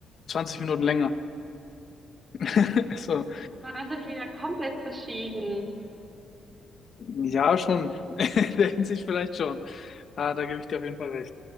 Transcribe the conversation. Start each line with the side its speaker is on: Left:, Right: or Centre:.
Left: 20 Minuten länger. <laughs> So,
Right: Na, da sind wir ja komplett verschieden.
Left: ja, schon. <laughs> In der Hinsicht vielleicht schon. Ah, da gebe ich dir auf jeden Fall recht.